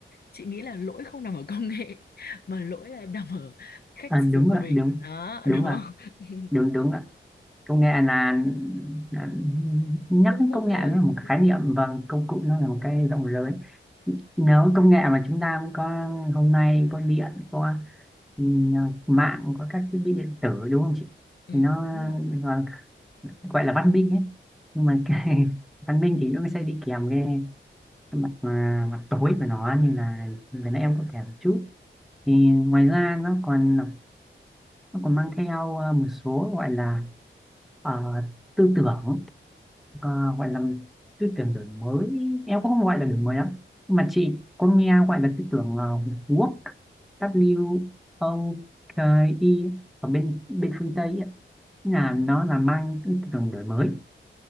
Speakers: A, on the left; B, in the centre.
A: chị nghĩ là lỗi không nằm ở công nghệ <laughs> mà lỗi là nằm ở cách
B: à,
A: sử
B: đúng
A: dụng của
B: ạ
A: mình
B: đúng
A: đó
B: đúng
A: đúng
B: ạ
A: không <laughs>
B: đúng đúng ạ công nghệ là, là nhắc
A: công
B: đến
A: cụ
B: công nghệ
A: thôi
B: nó là một khái
A: ừ,
B: niệm và công cụ nó là một cái rộng lớn nếu công nghệ mà chúng ta có hôm nay có điện có ừ, mạng có các thiết bị điện tử đúng không chị
A: ừ
B: thì nó
A: đúng rồi
B: gọi gọi là văn minh ấy nhưng mà cái <laughs> văn minh thì nó sẽ đi kèm cái mặt mà mặt tối của nó như là vừa nãy em có kể một chút thì ngoài ra nó còn nó còn mang theo à, một số gọi là ờ, tư tưởng ờ, gọi là tư tưởng đổi mới em cũng không gọi là đổi mới lắm nhưng mà chị có nghe gọi là tư tưởng uh, Woke W O K E ở bên bên phương Tây ấy, là
A: ừ.
B: nó là mang cái tư tưởng đổi mới